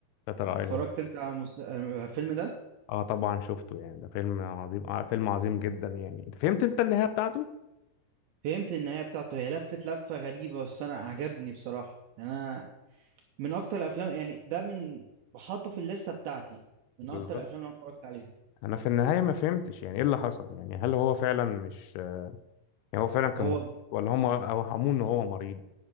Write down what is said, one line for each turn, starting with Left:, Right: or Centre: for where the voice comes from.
Left: شاتر ايلاند
Right: اتفرجت انت على المس... على الفيلم ده
Left: اه طبعا شفته يعني ده فيلم عظيم آه فيلم عظيم جدا يعني انت فهمت انت النهايه بتاعته
Right: فهمت النهايه بتاعته هي لفت لفه غريبه بس انا عجبني بصراحه يعني انا من اكتر الافلام يعني ده من بحطه في الليسته بتاعتي من
Left: بالظبط
Right: اكتر الافلام اللي انا اتفرجت عليها
Left: انا في النهايه ما فهمتش يعني ايه اللي حصل يعني هل هو فعلا مش يعني هو فعلا كان
Right: هو
Left: مريض ولا هم اوهموه ان هو مريض